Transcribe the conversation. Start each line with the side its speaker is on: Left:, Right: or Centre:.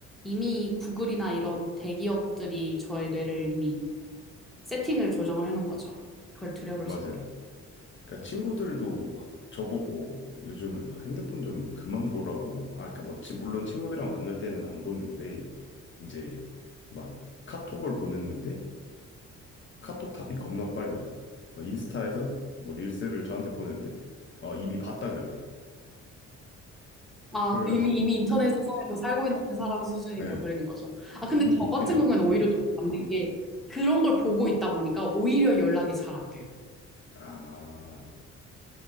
Centre: 이미 구글이나 이런 대기업들이 저의 뇌를 이미 세팅을 조정을 해놓은 거죠. 그걸 들여볼
Left: 맞아요.
Centre: 수밖에
Left: 그러니까 친구들도 막 저보고 요즘은 막 핸드폰 좀 그만 보라고 아, 그러니까 뭐 지- 물론 친구들이랑 만날 때는 안 보는데 이제 막 카톡을 보냈는데 카톡 답이 겁나 빨리 와요. 막 인스타에서 뭐 릴스를 저한테 보냈는데 어, 이미 봤다 그래요.
Centre: 아,
Left: 그래가지고
Centre: 이미, 이미 인터넷
Left: 그러니까
Centre: 세상에서 살고 있는 사람 수준이
Left: 예.
Centre: 돼버리는 거죠.
Left: 이미
Centre: 아, 근데 저
Left: 그냥
Centre: 같은 경우에는 오히려
Left: 예.
Centre: 좀 반대게 그런 걸 보고 있다 보니까 오히려 연락이 잘 안 돼요.
Left: 아.